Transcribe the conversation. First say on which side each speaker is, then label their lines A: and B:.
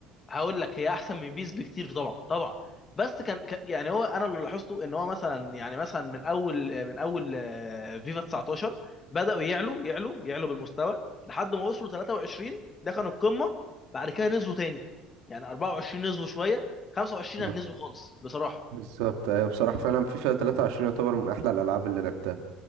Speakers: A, on the left; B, on the right.
A: هقول لك هي احسن من بيس بكتير طبعا طبعا بس كان كان- يعني هو انا اللي لاحظته ان هو مثلا يعني مثلا من اول من اول آه، فيفا 19 بداوا يعلوا يعلوا يعلوا بالمستوى لحد ما وصلوا 23 ده كان القمه بعد كده نزلوا تاني يعني 24 نزلوا شويه 25
B: اه
A: نزلوا خالص بصراحه
B: بالظبط ايوه بصراحة فعلا فيفا 23 يعتبر من احلى الالعاب اللي لعبتها